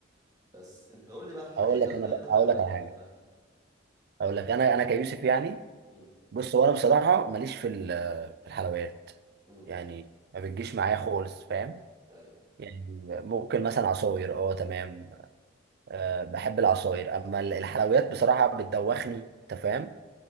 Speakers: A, on the right; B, on the right.
A: بس أنت قول لي بقى الح-
B: اقول
A: إيه
B: لك
A: أكتر
B: انا بقى
A: أنت حلويات
B: اقول لك على
A: بتحبها؟
B: حاجه اقول لك انا انا كيوسف يعني
A: امم
B: بص هو انا بصراحه ماليش في ال- في الحلويات
A: امم
B: يعني ما بتجيش معايا خالص فاهم
A: أيوه
B: يعني ممكن مثلا عصاير اه تمام أه بحب العصاير اما ال- الحلويات بصراحه بتدوخني انت فاهم